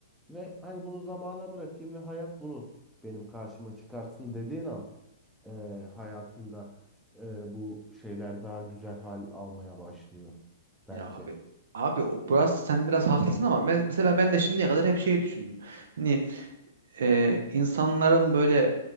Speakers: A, in the centre; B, on the right.
A: ve hani bunu zamana bırakayım ve hayat bunu benim karşıma çıkarsın dediğin an e, hayatında e, bu şeyler daha güzel hal almaya başlıyor bence.
B: Ya abi abi o burası sen biraz haklısın ama me- mesela ben de şimdiye kadar hep şey düşündüm. Hani e, insanların böyle